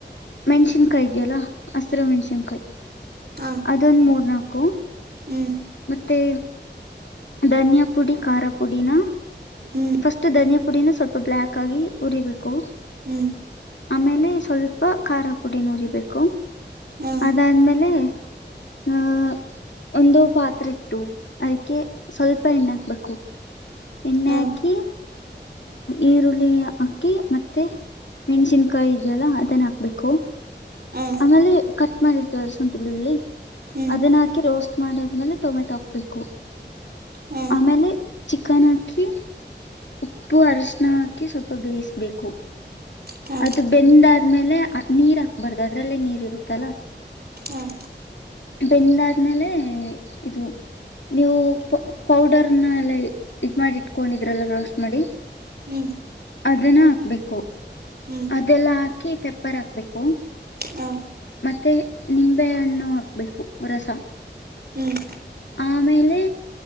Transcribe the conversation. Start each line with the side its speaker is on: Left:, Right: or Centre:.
Left: ಮೆಣ್ಸಿನ್ಕಾಯಿ ಇದೆಯಲ್ಲಾ ಹಸ್ಿರು ಮೆಣ್ಸಿನ್ಕಾಯಿ
Right: ಹ
Left: ಅದೊಂದು ಮೂರ್ ನಾಲ್ಕು
Right: ಹ್ಮ್
Left: ಮತ್ತೆ ಧನ್ಯಾ ಪುಡಿ ಖಾರ ಪುಡಿನ
Right: ಹ್ಮ್
Left: ಫಸ್ಟ್ ಧನಿಯಾ ಪುಡಿನ ಸ್ವಲ್ಪ ಬ್ಲಾಕ್ ಆಗಿ ಉರಿಬೇಕು
Right: ಹ್ಮ್
Left: ಆಮೇಲೆ ಸ್ವಲ್ಪ ಖಾರ ಪುಡಿ ನ ಉರಿಬೇಕು
Right: ಹ
Left: ಅದಾದ್ಮೇಲೆ
Right: <unintelligible>
Left: ಆ ಒಂದು ಪಾತ್ರೆ ಇಟ್ಟು ಅದಕ್ಕೆ ಸ್ವಲ್ಪ ಎಣ್ಣೆ ಹಾಕ್ಬೇಕು ಎಣ್ಣೆ
Right: ಹ
Left: ಆಕಿ
Right: <unintelligible>
Left: ಈರುಳ್ಳಿ ಹಾಕಿ ಮತ್ತೆ ಮೆಣಸಿನ್ಕಾಯಿ ಇದೆಯಲ್ಲ ಅದನ್ನ ಹಾಕ್ಬೇಕು
Right: ಹ
Left: ಆಮೇಲೆ ಕಟ್ ಮಾಡಿರ್ತವಲ್ಲ ಶುಂಠಿ ಬೆಳ್ಳಳ್ಳಿ
Right: ಹ್ಮ್
Left: ಅದನ್ನ ಹಾಕಿ ರೋಸ್ಟ್ ಮಾಡಿದ್ಮೇಲೆ ಟೊಮೆಟೊ ಹಾಕ್ಬೇಕು
Right: ಹ
Left: ಆಮೇಲೆ ಚಿಕನ್ ಹಾಕಿ ಉಪ್ಪು ಅರಿಶಿಣ ಹಾಕಿ ಸ್ವಲ್ಪ ಬೇಯಿಸತ ಬೇಕು
Right: ಹ
Left: ಅದು ಬೆಂದಾದ್ಮೇಲೆ ನೀರ್ ಹಾಕ್ಬರ್ ಅದ್ರಲ್ಲೇ ನೀರ್ ಇರುತ್ತಲ್ಲ
Right: ಹ್ಮ್
Left: ಬೆಂದಾದ್ಮೇಲೆ ಇದು ನೀವು ಪೌಡರ್ನ ಎಲ್ಲ ಇದ ಮಾಡಿ ಇಟ್ಕೊಂಡಿದ್ರಲ್ಲ ರೋಸ್ಟ್ ಮಾಡಿ
Right: ಹ್ಮ್
Left: ಅದನ್ನ ಹಾಕ್ಬೇಕು
Right: ಹ್ಮ್
Left: ಅದೆಲ್ಲ ಹಾಕಿ ಪೆಪ್ಪರ್ ಹಾಕ್ಬೇಕು
Right: ಹ
Left: ಮತ್ತೆ ನಿಂಬೆ ಹಣ್ಣು ಹಾಕ್ಬೇಕು ರಸ
Right: ಹ್ಮ್
Left: ಆಮೇಲೆ